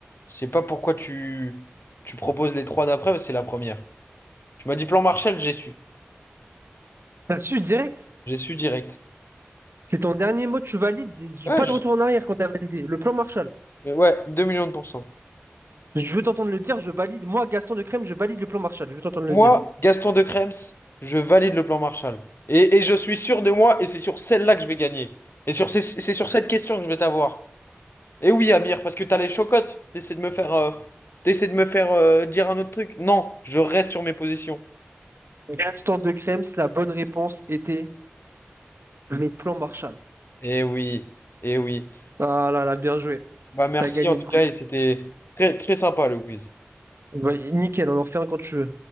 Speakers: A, on the left; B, on the right.
A: Je sais pas pourquoi tu, tu proposes les trois d'après, mais c'est la première. Tu m'as dit plan Marshall, j'ai su.
B: T'as su direct?
A: J'ai su direct.
B: C'est ton dernier mot, tu valides. et
A: Ouais,
B: Pas
A: j'ai
B: de retour
A: su.
B: en arrière quand t'as validé. Le plan Marshall.
A: Euh, Ouais, 2 millions de pourcents.
B: Je veux t'entendre le dire, je valide. Moi, Gaston de Crème, je valide le plan Marshall. Je veux t'entendre
A: Moi,
B: le dire.
A: Gaston de Krems, je valide le plan Marshall. Et, et je suis sûr de moi, et c'est sur celle-là que je vais gagner. Et sur ces- c'est sur cette question que je vais t'avoir. Et oui, Amir, parce que t'as les chocottes. T'essaies de me faire, euh, t'essaies de me faire euh, dire un autre truc. Non, je reste sur mes positions.
B: Gaston de Crème, la bonne réponse était le plan Marshall.
A: Eh oui, eh oui.
B: Ah là là, bien joué.
A: Bah merci
B: T'as gagné
A: en tout
B: le quiz.
A: cas, et c'était très, très sympa le quiz.
B: Ouais, Nickel, on en refait un quand tu veux.